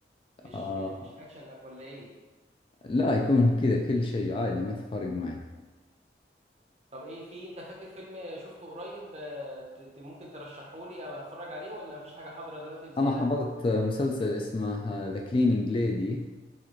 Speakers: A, on the right (about 35°); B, on the left (about 30°).
A: مش
B: آه.
A: م- مش اكشن أو- ولا ايه
B: لا يكون كذا كل شيء عادي ما تفرق معي
A: طب ايه في انت فاكر فيلم شفته قريب آه، ت- ت- ممكن ترشحه لي ابقى اتفرج عليه ولا مفيش حاجه حاضره دلوقتي في ذهنك
B: أنا حضرت مسلسل اسمه ذا كلينينج ليدي